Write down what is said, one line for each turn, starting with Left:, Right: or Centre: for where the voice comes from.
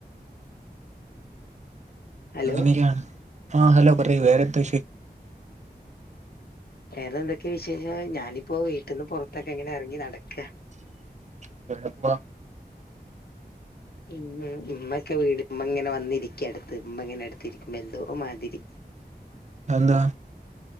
Left: ഹലോ
Right: അങ്ങനാണ് ആഹ് ഹലോ പറ വേറെന്താ
Left: വേറെ എന്തൊക്കെയ വിശേഷം ഞാനിപ്പോ വീട്ടിന്ന് പുറത്തൊക്കെ ഇങ്ങനെ ഇറങ്ങി നടക്ക
Right: <unintelligible>
Left: ഉം ഇമ്മക്കെ വീട് ഇമ്മ ഇങ്ങനെ വന്നിരിക്ക അടുത്ത് ഇമ്മ ഇങ്ങനെ അടുത്തിരിക്കുമ്പോ എന്തോ മാതിരി
Right: അന്താ